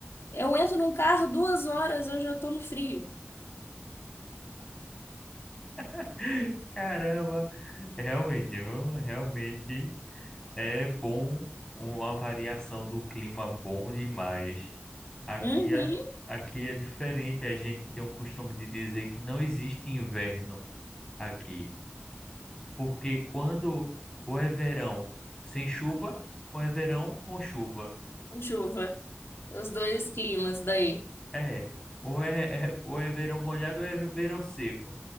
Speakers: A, on the left; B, on the left.
A: eu entro num carro duas horas, eu já tô no frio.
B: <laughs> Caramba, realmente, viu? realmente é bom uma variação do clima bom demais. Aqui
A: Uhum,
B: é, aqui é diferente, a gente tem um costume de dizer que não existe inverno aqui, porque quando ou é verão sem chuva, ou é verão com chuva.
A: com chuva. Os dois climas daí.
B: É, ou é, é- ou é verão molhado ou é verão seco,